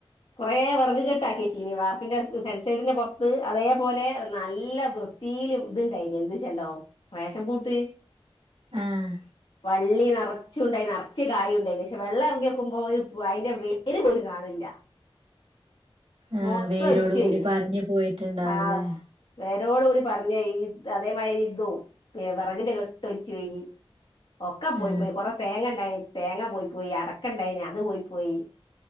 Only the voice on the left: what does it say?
കൊറേ വെർക് കെട്ടാക്കെച്ചീനി വാർപ്പിന്റെ സെൻസയ്ഡിന്റെ പൊർത്ത് അതേപോലെ നല്ല വൃ ത്തീല് ഇത് ഇണ്ടായിനി എന്ത്‌ച്ചണ്ടോ റേഷൻ പൂട്ട്?
വള്ളി നർച്ചുണ്ടായ് നർച്ച് കായുംണ്ടേനി പക്ഷെ വെള്ളം എറങ്ങ്യോക്കുമ്പോ ഒരു അയ്ന്റെ വേ ര് പോലും കാണില്ല.
മൊത്തൊൽച്ചോയി
ആഹ്. വേരോട് കൂടി പറഞ്ഞോയി അതേമാരിതും. ഏഹ് വെറകിന്റെ കെട്ട് ഒൽച്ചോയി. ഒക്കെ പോയ്
പോയ് കൊറെ തേങ്ങ ഇണ്ടായ്നി തേങ്ങ പോയ് പോയ് അടക്ക ഇണ്ടായ്നി അത് പോയ് പോയി.